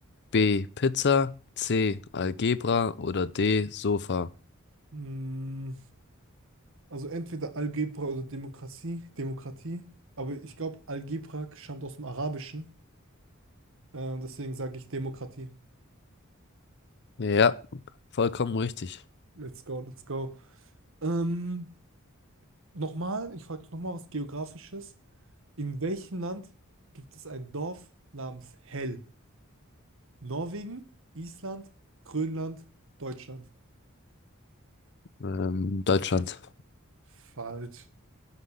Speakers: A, on the left (about 55°); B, on the right (about 65°).
A: B. Pizza, C. Algebra oder D. Sofa?
B: Mm, also entweder Algebra oder Demokratie. Demokratie. Aber ich glaube, Algebra stammt aus dem Arabischen. Äh, deswegen sage ich Demokratie.
A: Ja, vollkommen richtig.
B: Let's go, let's go. Ähm, nochmal, ich frage nochmal was Geografisches. In welchem Land gibt es ein Dorf namens Hell? Norwegen, Island, Grönland, Deutschland.
A: Ähm, Deutschland.
B: Falsch.